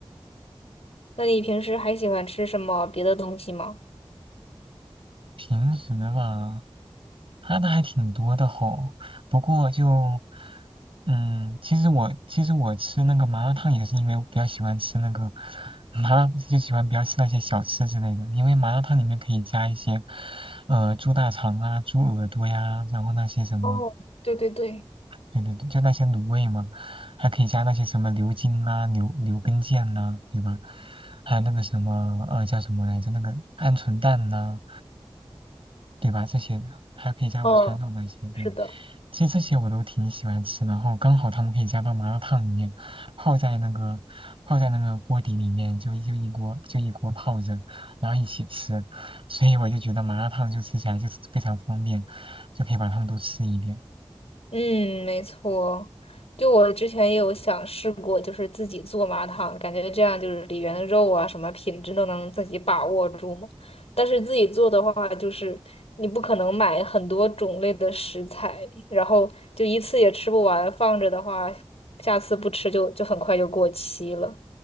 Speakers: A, on the left; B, on the right.
A: 那你平时还喜欢吃什么别的东西吗？
B: 平时吧，看的还挺多的吼。不过就，嗯，其实我其实我吃那个麻辣烫也是因为我比较喜欢吃那个麻辣，就喜欢比较吃那些小吃之类的。因为麻辣烫里面可以加一些，呃，猪大肠啊、猪耳朵呀，然后那些什么
A: 哦，对对对，
B: 对对对，就那些卤味嘛，还可以加那些什么牛筋啊、牛牛根腱呐、对吧？还有那个什么呃叫什么来着？那个鹌鹑蛋呐、对吧？这些的还可以加午餐肉那些，
A: 嗯，
B: 对，
A: 是的。
B: 其实这些我都挺喜欢吃。然后刚好他们可以加到麻辣烫里面，泡在那个泡在那个锅底里面，就就一锅就一锅泡着，然后一起吃。所以我就觉得麻辣烫就吃起来就是非常方便，就可以把它们都吃一遍。
A: 嗯，没错。就我之前也有想试过，就是自己做麻汤，感觉这样就是里面的肉啊，什么品质都能自己把握住嘛。但是自己做的话，就是你不可能买很多种类的食材，然后就一次也吃不完，放着的话，下次不吃就就很快就过期了。